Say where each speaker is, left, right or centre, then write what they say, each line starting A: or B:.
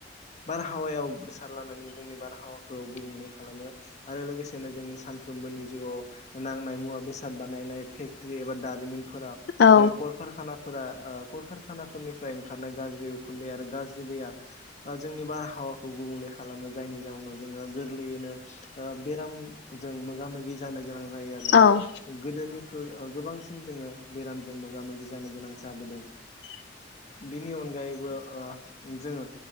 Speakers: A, on the left; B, on the left.
A: बारहावायाव गोसार लानानै जोंनि बारहावाखौ गुबुंले खालामो आरो लोगोसेनो जोंनि सानफ्रोमबोनि जिउआव नांनाय मुवा बेसाद बानायनाय फेक्ट्रि एबा दारिमिनफोराव
B: औ
A: जेरै कल खारकानाफोरा ओ कल खार- खानाफोरनिफ्राय ओंखारनाय गाज्रि उखुन्दै आरो गाज्रि दैया ओ जोंनि बारहावाखौ गुबुंले खालामो जायनि जावनाव जोङो गोरलैयैनो ओ बेरामजों मोगा मोगि जानोगोनां जायो आरोना
B: औ
A: गोदोनिख्रुइ ओ गोबां सिन जोङो बेरामजों मोगा मोगि जानो गोनां जाबोदों
B: <inaudible>
A: बिनि अनगायैबो ओ जोङो